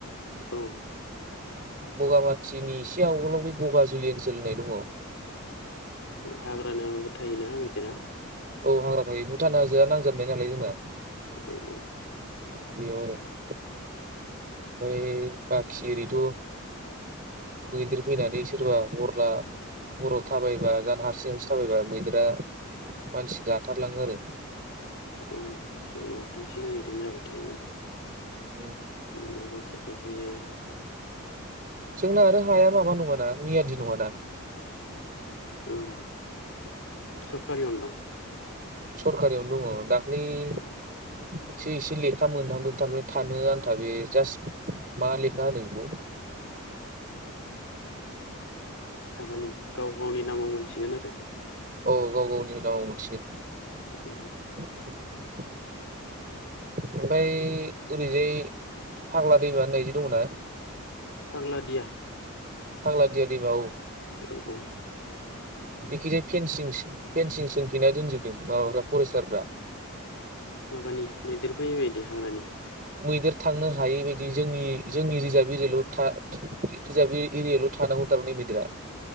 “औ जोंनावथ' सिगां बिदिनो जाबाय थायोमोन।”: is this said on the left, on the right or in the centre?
Left